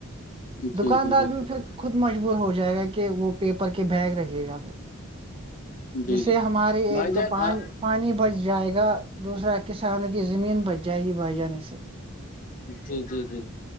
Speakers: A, on the left (about 35°); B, on the right (about 25°).
A: جی
B: دکاندار
A: جی بالکل
B: بھی پھر
A: بالکل
B: خود مجبور ہو جائے گا کہ وہ پیپر کے بیگ رہے گا پھر
A: جی
B: جسے
A: جی
B: ہمارے
A: بھائی
B: ایک
A: جان
B: تو پانی
A: آ-
B: پانی بچ جائے گا دوسرا کسانوں کی زمین بچ جائے گی بائی جانے سے
A: جی جی جی